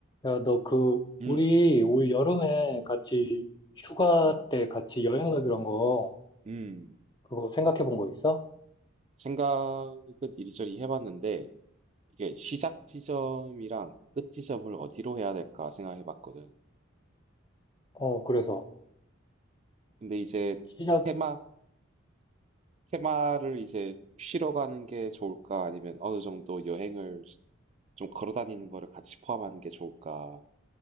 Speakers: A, on the left (about 20°); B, on the right (about 30°).
A: 야, 너 그,
B: 음.
A: 우리 올 여름에 같이 휴가
B: 음.
A: 때 같이 여행 가기로 한 거,
B: 음.
A: 그거 생각해 본 거 있어?
B: 생각은 이리저리 해 봤는데 이게 '시작 지점이랑 끝 지점을 어디로 해야 될까?' 생각해 봤거든.
A: 어, 그래서
B: 근데 이제
A: 시작,
B: 테마 테마를 이제 쉬러 가는 게 좋을까 아니면 어느 정도 여행을 좀 걸어 다니는 거를 같이 포함하는 게 좋을까